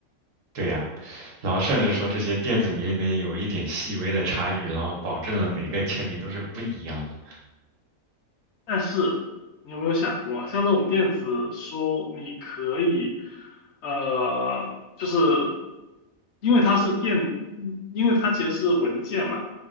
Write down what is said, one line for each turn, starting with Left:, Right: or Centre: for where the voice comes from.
Right: 对呀，然后甚至说这些电子名里面有一点细微的差异，然后保证了每个签名都是不一样的。
Left: 但是你有没有想过，像这种电子书，你可以，呃，就是因为它是电，因为它其实是文件嘛，